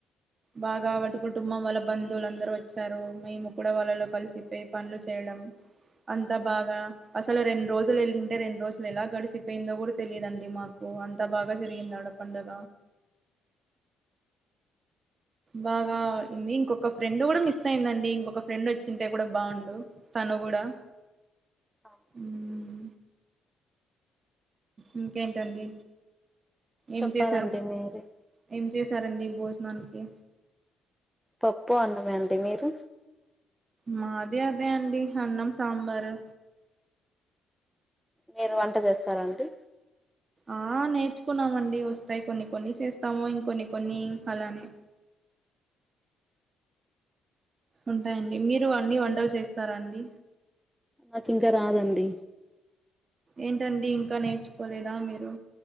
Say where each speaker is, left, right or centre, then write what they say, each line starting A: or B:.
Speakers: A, on the right (about 35°); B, in the centre.
A: బాగా వాటి కుటుంబం వాళ్ళ బంధువులమ్దరూ వచ్చారు మేము కూడా వాళ్ళలో కలిసిపోయి పనులు చేయడం. అంతా బాగా అసలె రెండు రోజులు వెళ్ళ రెండు రోజులు ఎలా గడిసిపోయిందో కూడా తెలియదండి మాకు అంత బాగా జరిగింది ఆడ పండగ బాగా అయ్యింది ఇంకొక ఫ్రెండ్ కూడా మిస్ అయిందండి ఇంకొక ఫ్రెండ్ ఓచ్చింటే కూడా బాగుండు తను కూడా
B: అవున అండి
A: మ్మ్ ఇంక ఏంటిఅండి ఏం
B: చెప్పాలండి
A: చేసారు
B: మీరే
A: ఏం చేసారు అండి భోజనానికి
B: పప్పు అన్నమే అండి మీరు
A: మాది అదే అండి అన్నం సాంబారు
B: మీరు వంట చేస్తారాండి
A: ఆ నేర్చుకున్నామండి వస్తాయి కొన్ని కొన్ని చేస్తాము ఇంకొన్ని కొన్ని అలానే ఉంటాయండి మీరు అన్ని వంటలు చేస్తారా అండి
B: నక్ ఇంకా రాదండి
A: ఏంటండి ఇంకా నేర్చుకోలేదా మీరు